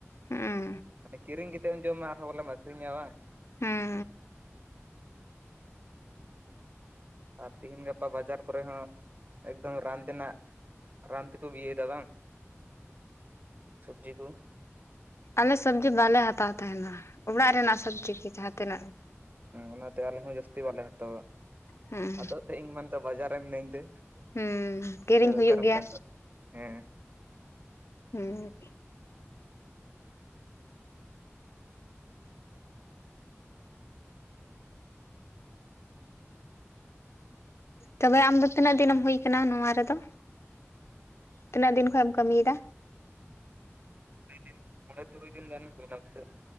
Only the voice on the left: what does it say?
ᱦᱩᱸ
ᱦᱩᱸ
ᱟᱞᱮ ᱥᱚᱵᱽᱡᱤ ᱵᱟᱞᱮ ᱦᱟᱛᱟᱣ ᱛᱟᱦᱮᱱᱟ ᱚᱲᱟᱜ ᱨᱮᱱᱟᱜ ᱥᱚᱵᱽᱡᱤ ᱜᱮᱤ ᱡᱟᱦᱟᱸ ᱛᱤᱱᱟᱹᱜ ᱜᱮ᱾
ᱦᱩᱸ
ᱦᱮᱸ ᱠᱤᱨᱤᱧ
ᱦᱩᱭᱩᱜ
ᱜᱮᱭᱟ
ᱦᱮᱸ ᱛᱚᱵᱮ ᱟᱢᱫᱚ ᱛᱤᱱᱟᱹᱜ ᱫᱤᱱ ᱮᱢ ᱦᱳᱭ ᱟᱠᱟᱱᱟ ᱱᱚᱣᱟ ᱨᱮᱫᱚ ᱛᱤᱱᱟᱹᱜ ᱫᱤᱱ ᱠᱷᱚᱱ ᱮᱢ ᱠᱟᱹᱢᱤ ᱮᱫᱟ?